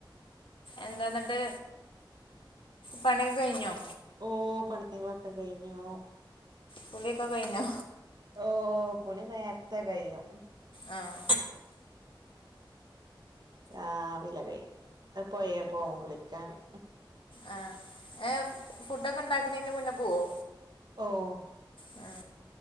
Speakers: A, on the left; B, on the right.
A: എന്താന്നിട്ട് പണിയൊക്കെയ്ഞ്ഞോ
B: ഓ പണികളൊക്കെ കഴിഞ്ഞു
A: കുളിയൊക്ക കൈഞോ
B: ഓഹ് കുളി നേര്ത്തെ കയ്യും
A: ആഹ
B: രാവില കൈയ്യും പൊയേ പോവും കുളിക്കാന്
A: ആ ഏ ഫുഡൊക്കെ ണ്ടാക്കണിന്റെ മുന്നെ പോവോ
B: ഓഹ്
A: അ